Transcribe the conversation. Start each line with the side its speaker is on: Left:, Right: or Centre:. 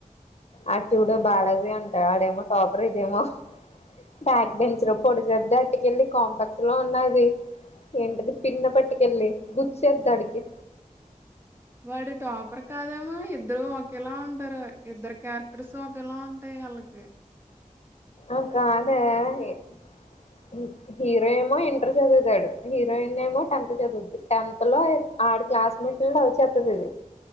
Left: ఆడ్ చూడు బాలాజీ అంటా ఆడేమో టాపర్ ఇదేమో బ్యాక్ బెంచ్ లో పొడి చేది అటుకెళ్ళి కాంప్లెక్స్ లో ఉన్నది ఏంటది పిన్న పట్టుకెళ్ళి గుచ్చేద్దాడికి
Right: వాడు టాపర్ కాదేమో ఇద్దరు ఒకేలా ఉంటారు ఇద్దరి క్యారెక్టర్స్ ఒకేలా ఉంటాయ్ అళ్ళకి
Left: అ కాదే యి హీరో ఏమో ఇంటర్ చదువుతాడు హీరోయిన్ ఏమో టెన్త్ చదువుద్ది టెన్త్ లో ఆ ఆడు క్లాస్మేట్ని లవ్ చేత్తది ఇది